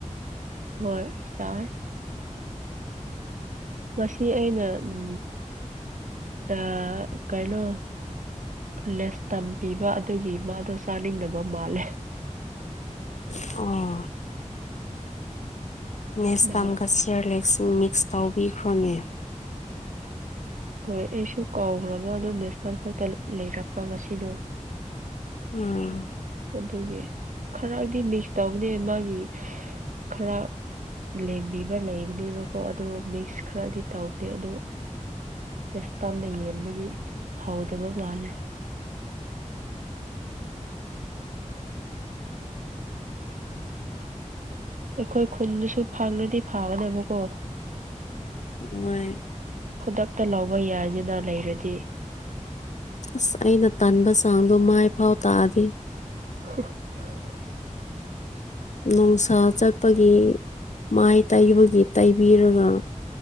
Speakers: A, on the right (about 80°); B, on the left (about 65°).
A: ꯍꯣꯏ ꯆꯥꯏ ꯃꯁꯤ ꯑꯩꯅ ꯎ ꯑ ꯀꯩꯅꯩꯅꯣ ꯂꯦꯁ ꯇꯝ ꯄꯤꯕ ꯑꯗꯨꯒꯤ ꯃꯥꯗꯣ ꯆꯥꯅꯤꯡꯗꯕ ꯃꯥꯜꯂꯦ
B: ꯑꯣ ꯅꯦꯛꯁꯇꯝꯒ
A: ꯅꯍꯥꯟ
B: ꯆꯌꯔꯂꯦꯛꯁ ꯃꯤꯛꯁ ꯇꯧꯕꯤꯈ꯭ꯔꯣꯅꯦ
A: ꯍꯣꯏ ꯑꯩꯁꯨ ꯀꯥꯎꯈ꯭ꯔꯕ ꯑꯣ ꯅꯦꯁꯇꯝꯐꯥꯎꯇ ꯂꯩꯔꯛꯄ ꯉꯁꯤꯗꯣ
B: ꯎꯝ
A: ꯑꯗꯨꯒꯤ ꯈꯔꯗꯤ ꯃꯤꯛꯁ ꯇꯧꯕꯅꯦ ꯃꯥꯒꯤ ꯈꯔ ꯂꯦꯝꯕꯤꯕ ꯂꯩꯕꯅꯦꯕꯀꯣ ꯑꯗꯣ ꯃꯤꯛꯁ ꯈꯔꯗꯤ ꯇꯧꯗꯦ ꯑꯗꯣ ꯇꯁ ꯇꯥꯝꯅ ꯌꯦꯡꯕꯒꯤ ꯍꯥꯎꯗꯕ ꯃꯥꯜꯂꯦ ꯑꯩꯈꯣꯏ ꯈꯨꯟꯗꯨꯁꯨ ꯐꯥꯡꯅꯗꯤ ꯐꯥꯒꯗꯕꯀꯣ
B: ꯍꯣꯏ
A: ꯈꯨꯗꯛꯇ ꯂꯧꯕ ꯌꯥꯏꯗꯅ ꯂꯩꯔꯗꯤ
B: ꯑꯁ ꯑꯩꯅ ꯇꯟꯕ ꯆꯥꯡꯗꯣ ꯃꯥꯏꯐꯥꯎ ꯇꯥꯛꯑꯗꯤꯦ
A: <inaudible>
B: ꯅꯨꯡꯁꯥ ꯆꯠꯄꯒꯤ ꯃꯥꯏ ꯇꯩꯕꯒꯤ ꯇꯩꯕꯤꯔꯒ